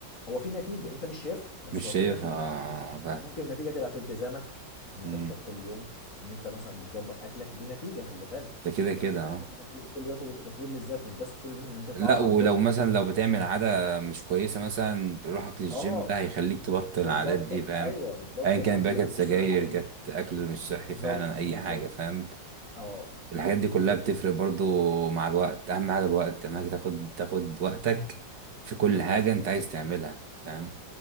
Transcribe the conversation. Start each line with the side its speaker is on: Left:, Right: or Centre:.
Left: هو في نتيجه انت مش شايفها بس
Right: مش
Left: هو
Right: شايفها
Left: في نتيجه
Right: آه، آه، فاهم
Left: ممكن النتيجه تبقى في التزامك ان
Right: مم.
Left: انت بتروح كل يوم ان انت مثلا بتظبط اكلك دي نتيجه خلي بالك
Right: ده كده كده
Left: ده
Right: اه
Left: كل ده تطوير كل ده تطوير تطوير للذات مش بس تطوير للذات ان انت يطلع
Right: لا
Left: لك
Right: ولو
Left: عضلات
Right: مثلا لو بتعمل عادة مش كويسة مثلا روحك للجيم
Left: اه
Right: ده هيخليك تبطل
Left: بتبطل
Right: العادات دي فاهم
Left: ايوه بتبطل
Right: أيا كان
Left: اكل
Right: بقى
Left: بقى
Right: كانت
Left: مش
Right: سجاير
Left: صحي
Right: كانت أكل مش صحي
Left: بالظبط
Right: فعلا أي
Left: بالظبط
Right: حاجة فاهم
Left: اه
Right: الحاجات دي كلها بتفرق برضو مع الوقت أهم حاجة الوقت أهم حاجة تاخد تاخد وقتك في كل
Left: ايوه
Right: حاجة أنت عايز تعملها فاهم